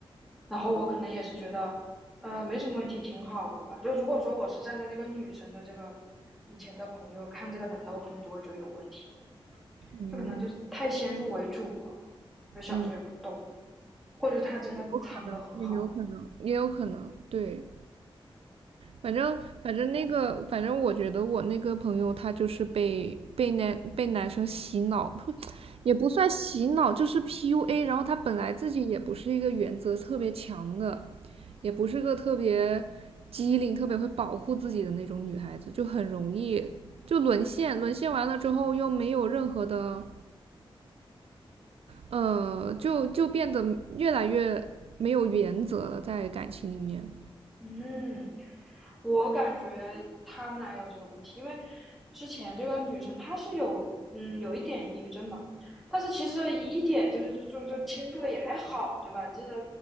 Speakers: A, in the centre; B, on the right.
A: 然后我可能也是觉得，呃，没什么问题，挺好的吧。就如果说我是站在这个女生的这个以前的朋友看这个男的，我可能就会觉得有问题，
B: 嗯
A: 就可能就是太先入为主了，就小时候也不懂，
B: 嗯，
A: 或者他真的藏得很好，
B: 有可能，也有可能，也有可能，对，反正反正那个，反正我觉得我那个朋友他就是被被男被男生洗脑，<sniffs> <tsk> 也不算洗脑，就是 PUA。然后他本来自己也不是一个原则特别强的，也不是个特别机灵、特别会保护自己的那种女孩子，就很容易就沦陷。沦陷完了之后又没有任何的，呃，就就变得越来越没有原则了，在感情里面。
A: 嗯。我感觉他们俩有这个问题，因为之前这个女生她是有嗯有一点抑郁症嘛，但是其实一点就是就就就轻度的也还好，对吧？这个